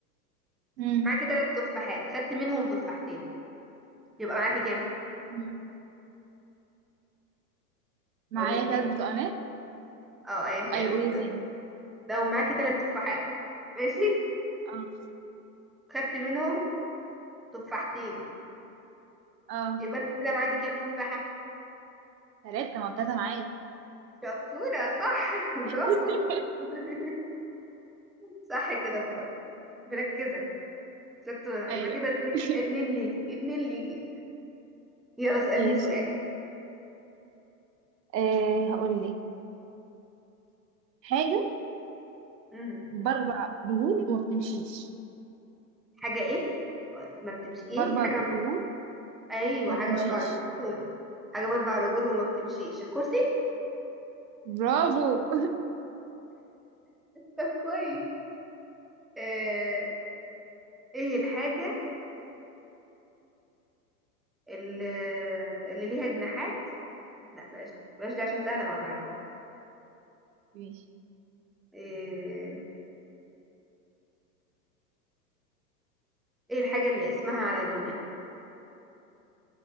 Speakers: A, in the centre; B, on the right (about 80°).
A: <laughs>
B: مم.
A: معاكي ثلاث تفاحات خدتي منهم تفاحتين يبقى معاكي كام
B: مم. معايا
A: هقول لك
B: ثلاث
A: تاني
B: برتقانات
A: اه ايا كان
B: ايوه قولي تاني
A: لو معاكي ثلاث تفاحات ماشي
B: اه
A: خدت منهم تفاحتين
B: اه
A: يبقى انت كده معاكي كام تفاحة
B: ثلاثة ما هو تلاتة معايا
A: شطورة صح <laughs> برافو
B: <laughs>
A: <laughs> صح كده برافو مركزة شطورة
B: ايوه
A: يبقى كده اتنين
B: <laughs>
A: اتنين ليكي اتنين ليكي يلا اسأليني
B: ماشي
A: سؤال
B: آه. هقول لك حاجة
A: امم
B: بربع دهون وما بتمشيش
A: حاجة ايه ما بتمشي ايه
B: بربع
A: حاجة
B: دهون
A: ما... بت- ايوه
B: وما
A: حاجة
B: بتمشيش
A: بأربع رجول حاجة بأربع رجول وما بتمشيش الكرسي
B: برافو
A: طب كويس آه... ايه الحاجة اللي, اللي ليها جناحات لا بلاش دي بلاش دي عشان سهلة وهتعرفي
B: <laughs> ماشي
A: إيه, ايه الحاجة اللي اسمها على لونها